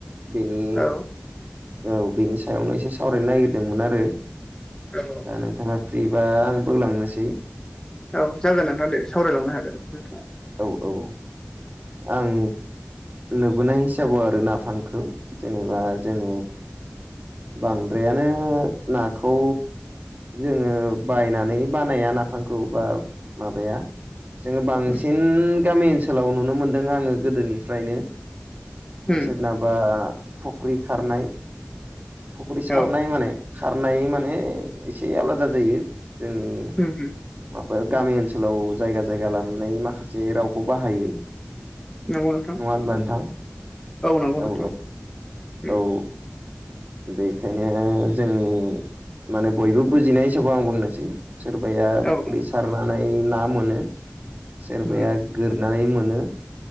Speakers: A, on the right; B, on the left.
A: बेनि
B: औ
A: औ बिनि सायावनो एसे सावरायनो नागिरदोंमोन आरो
B: औ
A: दा नोंथाङा फ्रिबा आं बुंलांनोसै
B: औ जागोन नोंथां दे सावरायलांनो हागोन नोंथाङा
A: औ औ आं नुबोनाय हिसाबाव आरोना नाफामखौ जेनेबा जों बांद्रायानो नाखौ जोङो बायनानै बानाया नाफामखौ बा माबाया जोङो बांसिन
B: उम
A: गामि ओनसोलाव नुनो मोनदों आङो गोदोनिफ्रायनो
B: उम
A: सोरनाबा फख्रि खारनाय फुख्रि सारनाय
B: औ
A: माने खारनाय माने एसे आलादा जायो जोंनि
B: <unintelligible>
A: माबायाव गामि ओनसोलाव जायगा जायगा लानानै माखासे रावखौ बाहायो
B: नंगौ नोंथां
A: नङा होनबा नोंथां
B: नंगौ नोंथां
A: औ
B: उम
A: औ औ बेखायनो जोंनि माने बयबो बुजिनाय हिसाबै आं बुंनोसै सोरबाया
B: औ
A: फुख्रि सारनानै ना मोनो सोरबाया
B: उम
A: गोरनानै मोनो